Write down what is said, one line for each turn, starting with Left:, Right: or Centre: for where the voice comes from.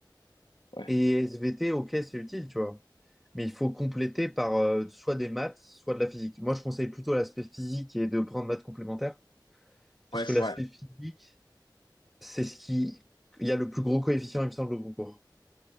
Left: Ouais,
Centre: Et SVT, ok, c'est utile, tu vois. Mais il faut compléter par euh, soit des maths, soit de la physique. Moi, je conseille plutôt l'aspect physique et de prendre maths complémentaires parce
Left: ouais,
Centre: que
Left: c'est
Centre: l'aspect
Left: vrai.
Centre: physique, c'est ce qui... Il y a le plus gros coefficient, il me semble, au concours.